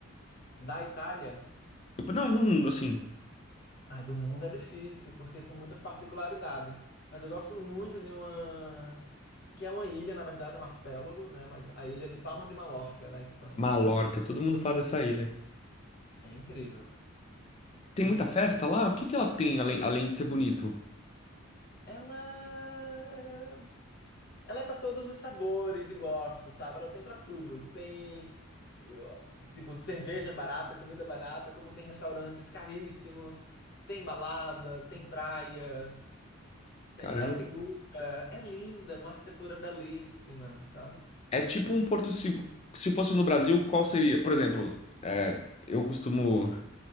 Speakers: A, on the left (about 50°); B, on the left (about 30°).
A: Da Itália,
B: Tipo, Não, no mundo, assim.
A: ai, do mundo é difícil, porque são muitas particularidades. Mas eu gosto muito de uma... Que é uma ilha, na verdade, é um arquipélago, né? Mas a ilha de Palma de Mallorca, na Espanha.
B: Mallorca, todo mundo fala dessa ilha.
A: É incrível.
B: Tem
A: Incrível.
B: muita festa lá? O que que ela tem além, além de ser bonito?
A: Ela... é Ela é pra todos os sabores e gostos, sabe? Ela tem pra tudo. Tem, eu, tipo, cerveja barata, comida barata, como tem restaurantes caríssimos, tem balada, tem praias,
B: Caramba.
A: é, é segura, é linda, uma arquitetura belíssima, sabe?
B: É tipo um porto seguro. Se fosse no Brasil, qual seria? Por exemplo, é, eu costumo